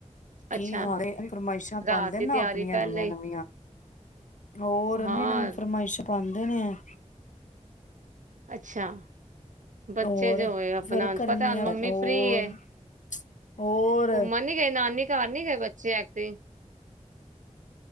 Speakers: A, on the left (about 75°); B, on the right (about 80°).
A: ਕੀ
B: ਅੱਛਾ
A: ਹਾਲ ਐ, ਫਰਮਾਇਸ਼ਾਂ
B: ਰਾਤ
A: ਪਾਉਂਦੇ
B: ਦੀ
A: ਨਾ
B: ਤਿਆਰੀ
A: ਆਪਣੀਆਂ
B: ਪਹਿਲਾਂ
A: ਨਵੀਆਂ
B: ਹੀ
A: ਨਵੀਆਂ ਹੋਰ
B: ਹਾਂ
A: ਨਵੀਂ ਨਵੀਂ ਫਰਮਾਇਸ਼ਾਂ ਪਉਦੇ ਨੇ ਐ
B: ਅੱਛਾ ਬੱਚੇ
A: ਹੋਰ
B: ਜੋਏ ਆਪਣਾ
A: ਫਿਰ ਕਰਨੀਆਂ
B: ਪਤਾ ਹੁਣ ਮੰਮੀ
A: ਹੋਰ
B: ਫ੍ਰੀ ਐ
A: ਹੋਰ
B: ਉਹ ਮਨ ਗਈ ਨਾ ਅਨ ਘਰ ਨੀ ਗਏ ਬੱਚੇ ਐਕ ਤੇ